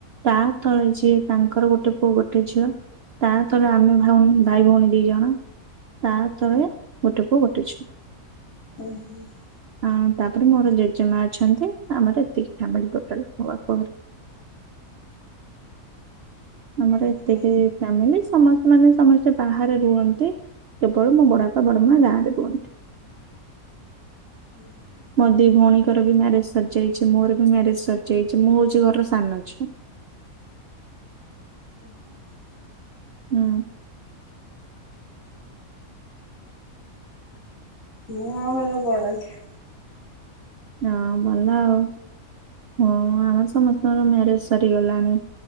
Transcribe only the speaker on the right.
ତା ତଳେ ଯିଏ ତାଙ୍କର ଗୋଟେ ପୁଅ ଗୋଟେ ଝିଅ ତା ତଳେ ଆମେ ଭଉଣୀ ଭାଇ ଭଉଣୀ ଦି ଜଣ ତା ତଳେ ଗୋଟେ ପୁଅ ଗୋଟେ ଝିଅ
ଆ ତାପରେ ମୋର ଜେଜେମା ଅଛନ୍ତି ଆମର ଏତିକି ଫ୍ୟାମିଲି ଟୋଟାଲ ମୋ ବାପ ଘରେ ଆମର
ଏତିକି ଫ୍ୟାମିଲି ସମସ୍ତେ ମାନେ ସମସ୍ତେ ବାହାରେ ରୁହନ୍ତି କେବଳ ମୋ ବଡ ବାପା ବଡ ମା ଗାଁ ରେ ରୁହନ୍ତି
ମୋ ଦି ଭଉଣୀଙ୍କର ବି ମ୍ୟାରେଜ ସରିଯାଇଛି ମୋର ବି ମ୍ୟାରେଜ ସରିାଇଛି ମୁଁ ହଉଛି ଘର ସାନ ଝୁଓ
ହୁଁ
ହଁ ଭଲ ଆଉ ହଁ ଆମର ସମସ୍ତଙ୍କର ମ୍ୟାରେଜ ସରିଗଲାଣି